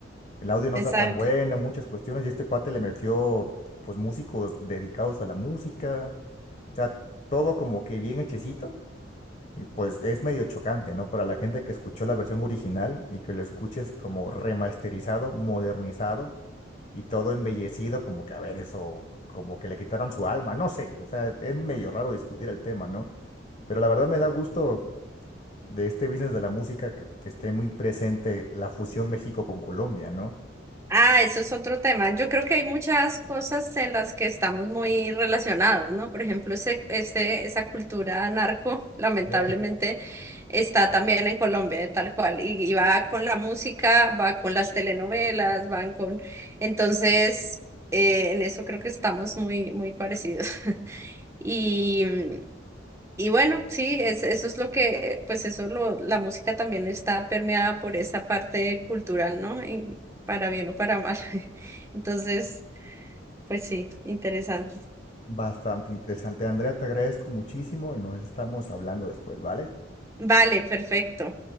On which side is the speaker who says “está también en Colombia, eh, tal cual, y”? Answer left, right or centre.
Right